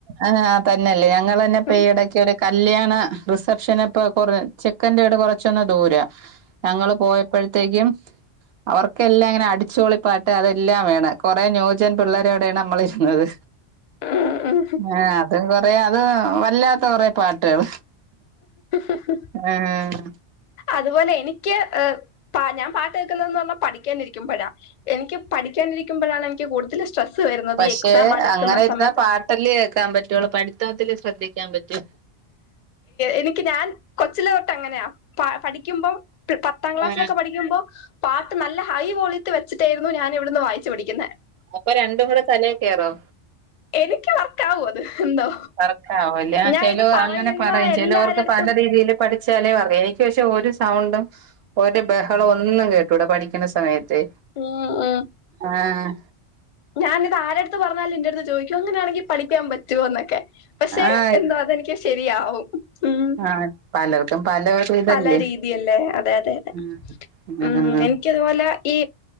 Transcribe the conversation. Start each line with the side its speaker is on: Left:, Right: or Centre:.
Right: ആ തന്നെയല്ലേ ഞങ്ങൾ തന്നെ ഇപ്പൊ
Left: ഉം
Right: ഈ ഇടയ്ക്കൊരു കല്യാണ റിസപ്ഷൻ ഇപ്പൊ കൊറെ ചെക്കന്റെ വീട് കൊറച്ചൊന്ന് ദൂര ഞങ്ങള് പോയപ്പഴത്തേക്കും അവർക്കെല്ലാം ഇങ്ങനെ അടിച്ചുപൊളിപ്പാട്ട് അതെല്ലാം വേണം, കുറേ ന്യൂജൻ പിള്ളേരെോടെയാണ് നമ്മൾ ഇരുന്നത്.
Left: ആഹ് ആ.
Right: ആ അതും കൊറേ, അതും വല്ലാത്ത കൊറേ പാട്ടുകൾ.
Left: ഉം
Right: ആഹ്.
Left: അതുപോലെ എനിക്ക് ഞാൻ പാട്ട് കേക്കുന്നന്ന് പറഞ്ഞാൽ പഠിക്കാനിരിക്കും. എനിക്ക് പഠിക്കാനിരിക്കുമ്പോഴാണ് എനിക്ക് കൂടുതൽ സ്ട്രെസ് വരുന്നത്.
Right: പക്ഷെ
Left: ഈ എക്സാം അടുക്കുന്ന
Right: അങ്ങനെ ഇരുന്നാ
Left: സമയത്ത്
Right: പാട്ടല്ലേ കേക്കാൻ പറ്റുള്ളൂ, പഠിത്തത്തില് ശ്രദ്ധിക്കാൻ പറ്റുമോ.
Left: എനിക്ക് ഞാൻ കൊച്ചിലെ തൊട്ട് അങ്ങനെയാ പഠിക്ക് പഠിക്കുമ്പോ പത്താം ക്ലാസ്സിലൊക്കെ
Right: ആഹ്
Left: പഠിക്കുമ്പോ. പാട്ട് നല്ല ഹൈ വോളിയത്തിൽ വെച്ചിട്ടായിരുന്നു, ഞാൻ ഇവിടെയിരുന്ന് വായിച്ച് പഠിക്കുന്നെ.
Right: അപ്പൊ രണ്ടും കൂടെ തലേ കേറോ.
Left: എനിക്ക് വർക്ക് ആവും അത് എന്തോ.
Right: വർക്കാവുല്ലേ
Left: ഞാൻ
Right: ചില
Left: ഇത് പറയുന്ന
Right: അങ്ങനെ പറയും
Left: എല്ലാരടുത്തും
Right: ചിലവർക്ക് പല രീതിയിൽ. പഠിച്ചാലേ പറയാ എനിക്ക് പക്ഷേ ഒരു സൗണ്ടും ഓന് ബഹളം ഒന്നും കേട്ടൂടാ പഠിക്ക്ണ സമയത്തെ
Left: ആഹ് ആഹ്.
Right: ആഹ്
Left: ഞാനിത് ഇത് ആരെട്ത്തു പറഞ്ഞാലും ഇന്റെ അടുത്ത് ചോയ്ക്ക്യും അങ്ങനെണെങ്കി പഠിക്ക്യാൻപറ്റോ എന്നൊക്കെ. പക്ഷേ
Right: ആഹ്
Left: എന്തോ അതെനിക്ക് ശരിയാവും ഉം
Right: ആഹ് പലർക്കും പല ഒരു ഇതല്ലേ
Left: പല രീ ന്തിയല്ലേ അതെ അതെ അതെ
Right: ആഹ്
Left: ഉം
Right: ആഹ്
Left: എനി ഇയ്ക്കതുപോലെ ഈ